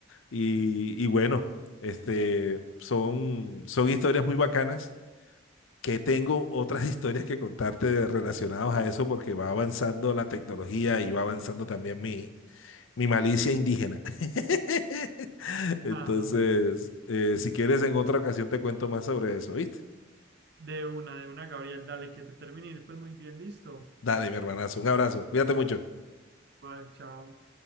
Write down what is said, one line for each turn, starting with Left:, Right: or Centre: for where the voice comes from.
Left: Y, y bueno, este, son, son historias muy bacanas que tengo otras <laughs> historias que contarte relacionadas a eso porque va avanzando la tecnología y va avanzando también mi, mi malicia indígena. <laughs> Entonces,
Right: Ah,
Left: eh, si quieres, en otra ocasión te cuento más sobre eso, ¿viste?
Right: de una, de una, Gabriel, dale, que te termine. Pues muy bien, listo.
Left: Dale, mi hermanazo, un abrazo, cuídate mucho.
Right: Bye, chao.